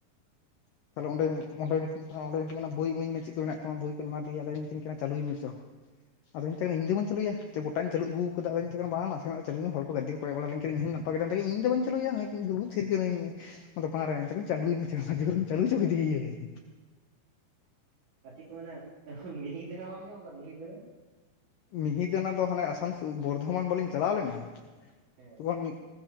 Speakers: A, on the left (about 85°); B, on the right (about 75°).
A: <inaudible> ᱛᱟᱦᱚᱞᱮ ᱚᱸᱱᱰᱮ ᱚᱸᱱᱰᱮ ᱢᱤᱛᱟᱹᱧ ᱠᱟᱱᱟ ᱚᱸᱰᱮ ᱢᱤᱛᱟᱹᱧ ᱤᱧ ᱠᱟᱱᱟ ᱵᱳᱭ ᱤᱢᱟᱧ ᱢᱮ ᱪᱮᱫ ᱠᱚ ᱢᱮᱱᱟᱜ ᱛᱟᱢᱟ ᱵᱳᱭ ᱠᱚᱧ ᱮᱢᱟᱫᱮᱭᱟ ᱟᱫᱚᱭ ᱢᱤᱛᱟᱹ ᱠᱟᱱᱟ ᱪᱟᱹᱞᱩᱭ ᱢᱮ ᱪᱚ᱾ ᱟᱫᱚᱧ ᱢᱮᱛᱟᱭ ᱠᱟᱱᱟ ᱤᱧ ᱫᱚ ᱵᱟᱹᱧ ᱪᱟᱹᱞᱩᱭᱟ ᱜᱚᱴᱟᱧ ᱪᱟᱹᱞ ᱟᱹᱜᱩ ᱟᱠᱟᱫᱟ ᱟᱫᱚ ᱢᱮᱛᱟᱭ ᱠᱟᱱᱟ ᱵᱟᱝ ᱱᱟᱥᱮᱱᱟᱜ ᱪᱟᱹᱞᱩ ᱢᱮ ᱦᱚᱲ ᱠᱚ ᱜᱟᱹᱡᱤ ᱠᱚ ᱠᱚᱭᱚᱜ ᱵᱟᱲᱟ ᱞᱮᱱᱠᱷᱟᱱᱮᱧ ᱱᱟᱯᱟᱭ ᱜᱮ ᱢᱮᱛᱟᱭ ᱠᱟᱱᱟ ᱤᱧᱫᱚ ᱵᱟᱹᱧ ᱪᱟᱹᱞᱩᱭᱟ ᱫᱩᱲᱩᱵ ᱛᱤᱨ ᱠᱟᱹᱱᱟᱹᱧ ᱫᱚᱠᱟᱱ ᱨᱮ ᱮᱱ ᱪᱟᱹᱞᱩᱭ ᱢᱮ ᱚᱱᱟ ᱡᱚᱨᱢᱚᱨ ᱪᱟᱹᱞᱩᱦᱚᱪᱚ ᱠᱮᱫᱮᱭᱟᱹᱧ᱾
B: ᱟᱨ ᱪᱮᱫ ᱠᱚ ᱢᱮᱱᱟ ᱢᱤᱦᱤᱫᱟᱱᱟ ᱵᱟᱢ ᱡᱚᱢ ᱞᱮᱫᱟ ᱢᱤᱦᱤᱫᱟᱱᱟ᱾
A: ᱢᱤᱦᱤᱫᱟᱱᱟ ᱫᱚ ᱦᱟᱱᱮ ᱟᱥᱟᱢ ᱵᱚᱨᱫᱷᱚᱢᱟᱱ ᱵᱟᱞᱤᱧ ᱪᱟᱞᱟᱣ ᱞᱮᱱᱟ
B: ᱦᱮᱸ
A: ᱛᱚᱠᱷᱚᱱᱼᱼ